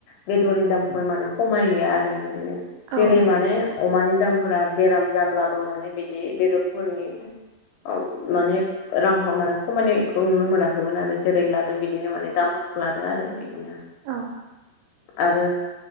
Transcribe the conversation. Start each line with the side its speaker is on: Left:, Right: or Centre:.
Left: बेदरनि दामखौहाय माने खमायहैया आरो बिदिनो
Right: औ
Left: जेरै
Right: नोंथां
Left: माने अमानि दामफोरा बेराम जाब अब्लाबो माने बिदि बेदरफोरनि ओ माने रांखौ माने खमायनायखौ नुनो मोनाखैमोन आरो जेरै लादों बिदिनो माने दाम लादो आरो बिदिनो
Right: औ
Left: आरो